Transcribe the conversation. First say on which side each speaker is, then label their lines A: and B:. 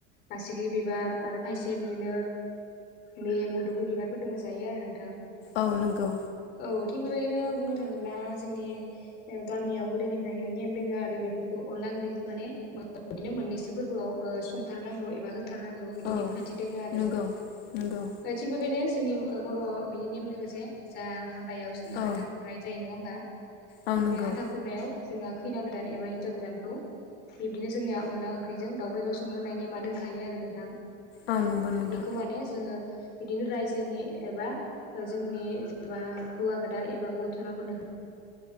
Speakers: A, on the left (about 35°); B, on the left (about 75°).
A: बासिगि बिबार आरो खायसे बिदिनो बे मोदुलफुर बिबारफोरदोंबो जायो आरो नोंथां,
B: औ नंगौ
A: औ थिक बेबायदिनो बुंनो, थाङोब्ला जोंनि गामियाव गोदोनिफ्रायनो नेम दोङो आरो बेफोरखौ अनला ओंख्रिखौ माने बिदिनो मोननैसो फोरबोआव ओ संथारनांगौ एबा, होथारनांगौ बिदि
B: औ
A: नेमखान्थि दङ आरो
B: नंगौ नंगौ
A: थिग बेबायनो जोंनि बर' बिदि नेम दोङो जे जा हाबायाव जोङो
B: औ
A: हाथा खुरनाय जायो नङा होमबा
B: औ नंगौ
A: बे हाथा खुरनायाव जोंहा खैना गोदान एबा हिनजाव गोदानखौ बिब्दिनो जोंनिया अनला ओंख्रिजों दाव बेदर संनो होनाय नेमा दंखायो आरो नोंथां
B: औ नंगौ नोंथां
A: बेखौ माने जोङो बिदिनो रायजोनि एबा जोंनिबा हौवा गोदान एबा <unintelligible>